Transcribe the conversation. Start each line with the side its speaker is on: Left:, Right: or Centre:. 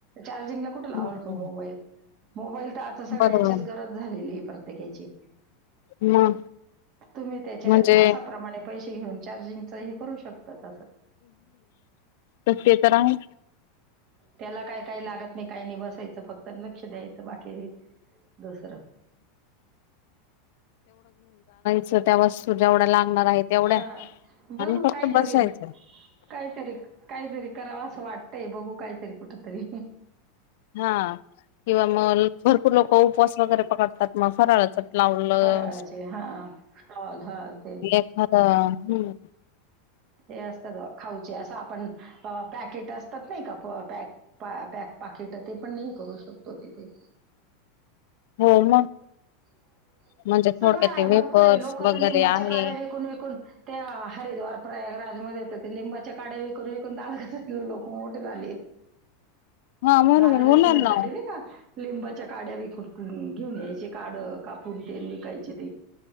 Right: चार्जिंगला कुठे लावाल
Left: हम्म.
Right: तो मोबाईल, मोबाईल तर आता सगळ्याच
Left: बरोबर
Right: च्या झालेली प्रत्येकाची,
Left: मग
Right: तुम्ही त्याच्या
Left: म्हणजे
Right: तासाप्रमाणे पैसे घेऊन. चार्जिंग च हे करू शकतात.
Left: मग ते तर आहे.
Right: त्याला काय काही लागत नाही काही नाही बसायचं फक्त लक्ष द्यायचं बाकी दुसरं.
Left: च त्या वस्तू जेवढ्या लागणार हाय तेवढ्या
Right: हा बघू
Left: आणि फक्त
Right: काहीतरी
Left: बसायचं.
Right: काहीतरी काहीतरी कराव असं वाट तय बघू काहीतरी कुठ तरी.
Left: हा किंवा मग भरपूर लोक उपवास वगैरे करतात मग फराळ लावलं
Right: फराळाचे हा स्टॉल हा ते
Left: <unintelligible> एखादा हम्म.
Right: ते असतात खाऊचे असं आपण पॅकेट असतात नाही का प पॅक पा पॅक पाकिट ते पण हे करू शकतो तिथे.
Left: हो मग.
Right: <unintelligible>
Left: म्हणजे
Right: सगळं
Left: थोडक्यात
Right: आहे
Left: ते
Right: भरपूर
Left: वेपर्स
Right: आहे लोक
Left: वगैरे
Right: तर लिंबाच्या
Left: आहे.
Right: काड्या विकून विकून त्या हरिद्वार प्रयागरा जमध्ये येत लिंबाच्या काड्या विकून विकून <unintelligible> लोक मोठे झाले.
Left: हा बरोबर
Right: दात घासण्यासाठी
Left: होणार ना
Right: नाही का. लिंबाच्या काड्या विकून घेऊन यायचे काढ कापून तेन विकायचे ते.